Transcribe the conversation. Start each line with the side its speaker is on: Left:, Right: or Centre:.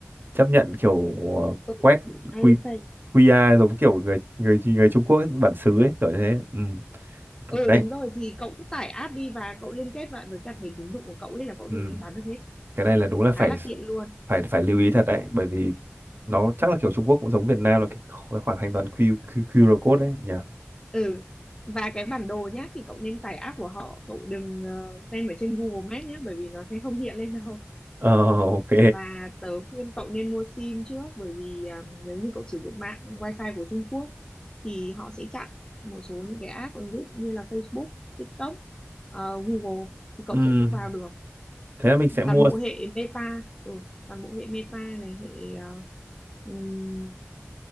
Right: chấp nhận kiểu ờ,
Left: Ừ.
Right: quét
Left: Alipay.
Right: quy QR giống kiểu người người người Trung Quốc bản xứ ấy kiểu như thế. Ừ.
Left: Ừ
Right: Cái
Left: đúng
Right: này,
Left: rồi thì cậu cứ tải app đi và cậu liên kết lại với cả thẻ tín dụng của cậu ấy là cậu có
Right: ừ.
Left: thể thanh toán được hết.
Right: Cái này là đúng là phải
Left: Khá là tiện luôn.
Right: phải phải lưu ý thật đấy bởi vì nó chắc là kiểu Trung Quốc cũng giống Việt Nam là cái kho- khoảng thanh toán Q, Q, QR code đấy nhỉ
Left: Ừ. Và cái bản đồ nhá thì cậu nên tải app của họ, cậu đừng ờ, xem ở trên Google Maps nhé bởi vì nó sẽ không hiện lên đâu.
Right: ờ ok
Left: và tớ khuyên cậu nên mua sim trước bởi vì à, nếu như cậu sử dụng mạng wifi của Trung Quốc thì họ sẽ chặn một số những cái app ứng dụng như là Facebook, TikTok, ờ, Google thì cậu
Right: Ừm,
Left: sẽ không vào được.
Right: thế là mình sẽ mua
Left: Toàn bộ hệ Meta, ừ, toàn bộ hệ Meta này, hệ ờ, ừm,